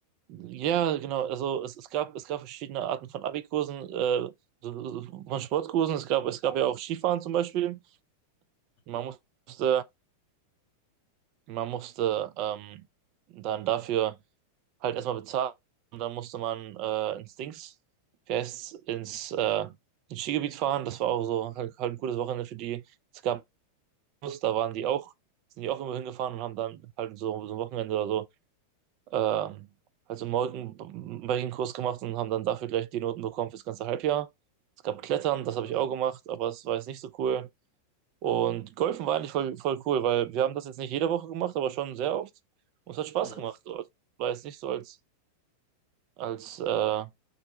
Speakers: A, on the right; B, on the left.
A: ja, genau. Also es, es gab, es gab verschiedene Arten von Abi-Kursen, äh, so- so von Sportkursen. Es gab, es gab ja auch Skifahren zum Beispiel.
B: Mhm,
A: Man musste, man musste ähm, dann dafür halt erstmal bezahlt und dann musste man äh, ins Dings, wie heißt's, ins, äh, ins Skigebiet fahren. Das war auch so halt, halt ein cooles Wochenende für die. Es gab Bus, da waren die auch, sind die auch immer hingefahren und haben dann halt so, so ein Wochenende oder so, äh, halt so einen Mountainbiking-Kurs gemacht und haben dann dafür gleich die Noten bekommen fürs ganze Halbjahr. Es gab Klettern, das habe
B: krass.
A: ich auch gemacht, aber es war jetzt nicht so cool. Und Golfen war eigentlich voll, voll cool, weil wir haben das jetzt nicht jede Woche gemacht, aber schon sehr oft. Und es hat Spaß
B: Mhm,
A: gemacht. So. Also, War jetzt nicht so als, als äh, weil